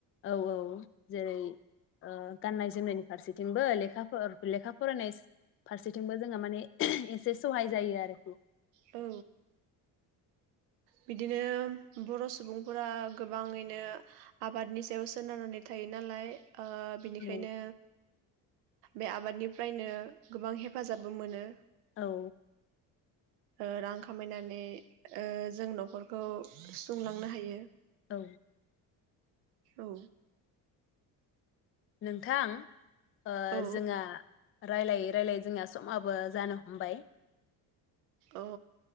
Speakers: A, on the left (about 30°); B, on the right (about 90°).
A: औ औ जेरै ओ गाननाय जोमनायनि फारसेथिंबो लेखाफोर लेखा फरायनायस फारसेथिंबो जोङो माने एसे सहाय जायो आरोखि।
B: औ बिदिनो बर' सुबुंफोरा गोबाङैनो आबादनि सायाव सोनारनानै थायो नालाय ओ बिनिखायनो
A: औ
B: बे आबादनिफ्रायनो गोबां हेफाजाबबो मोनो।
A: औ
B: ओ रां खामायनानै ओ जों न'खरखौ सुंलांनो हायो।
A: औ
B: औ
A: नोंथां ओ
B: औ
A: जोङा रायलायै रायलायै जोंना समाबो जानो हमबाय
B: औ